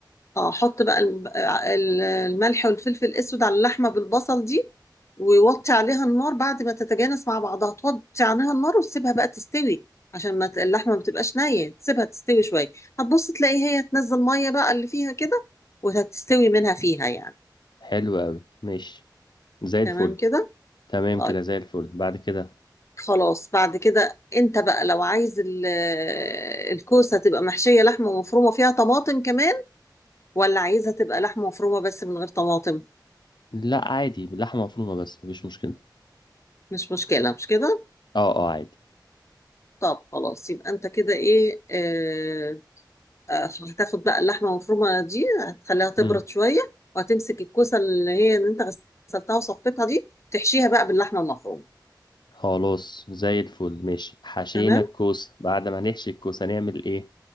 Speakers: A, on the left (about 40°); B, on the left (about 75°).
A: اه حط بقى الم- آه، ال- الملح والفلفل الأسود على اللحمة بالبصل دي ووطي عليها النار بعد ما تتجانس مع بعضها توطي عليها النار وتسيبها بقى تستوي عشان ما ت- اللحمة ما تبقاش نية تسيبها تستوي شوية هتبص تلاقي هي تنزل مية بقى اللي فيها كده وهتستوي منها فيها يعني
B: حلو قوي ماشي زي الفل
A: تمام كده
B: تمام
A: طيب
B: كده زي الفل بعد كده
A: خلاص بعد كده انت بقى لو عايز ال- الكوسة تبقى محشية لحمة مفرومة فيها طماطم كمان ولا عايزها تبقى لحمة مفرومة بس من غير طماطم
B: لا عادي لحمه مفرومه بس مفيش مشكله
A: مش مشكلة مش كده
B: اه اه عادي
A: طب خلاص يبقى انت كده ايه اه آه، هتاخد بقى اللحمة المفرومة دي هتخليها تبرد
B: مم.
A: شوية وهتمسك الكوسة اللي هي اللي انت غسلتها وصفيتها دي تحشيها بقى باللحمة المفرومة
B: خلاص زي الفل ماشي حشينا
A: تمام
B: الكوسة بعد ما نحشي الكوسة نعمل ايه